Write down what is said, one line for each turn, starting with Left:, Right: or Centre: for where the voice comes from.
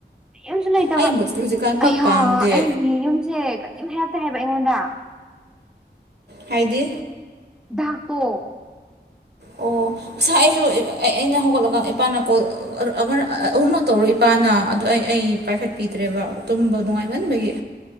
Centre: ꯀꯩꯝꯁꯨ ꯂꯩꯇꯕ
Right: ꯑꯩ ꯕꯣꯠꯁꯤꯗꯤ ꯍꯧꯖꯤꯛꯀꯥꯟ ꯄꯥꯛ
Centre: ꯑꯌꯥ
Right: ꯄꯥꯝꯗꯦ
Centre: ꯑꯩꯒꯤ ꯌꯨꯝꯁꯦ ꯀꯔꯤꯝ ꯍꯥꯏꯔꯛꯇꯦ ꯍꯥꯏꯕ ꯑꯩꯉꯣꯟꯗ꯫
Right: ꯍꯥꯏꯗꯤ
Centre: ꯗꯥꯛꯇꯣ꯫
Right: ꯑꯣ ꯉꯁꯥꯢ ꯑꯩꯁꯨ ꯑꯩꯅ ꯍꯧꯒꯠꯂꯒ ꯏꯄꯥꯅ ꯀꯣꯜ ꯑꯃꯔ ꯑꯍꯨꯝꯔꯛ ꯇꯧꯔꯦ ꯏꯄꯥꯅ ꯑꯗꯨꯗ ꯑꯩ ꯑꯩ ꯄꯥꯏꯈꯠꯄꯤꯗ꯭ꯔꯦꯕ ꯇꯨꯝꯕ ꯅꯨꯡꯉꯥꯏꯃꯟꯕꯒꯤ꯫